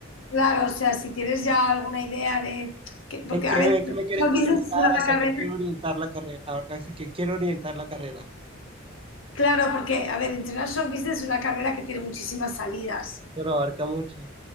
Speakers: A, on the left; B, on the right.
A: Claro, o sea, si tienes ya alguna idea de, que-
B: ¿En
A: porque,
B: qué,
A: a ver,
B: me-
A: International
B: qué me quiero especializar?
A: Business es una
B: ¿Hacia
A: carrera,
B: qué quiero orientar la carrera? ¿Hacia qué quiero orientar la carrera?
A: claro, porque, a ver, International Business es una carrera que tiene muchísimas salidas.
B: Pero abarca mucho.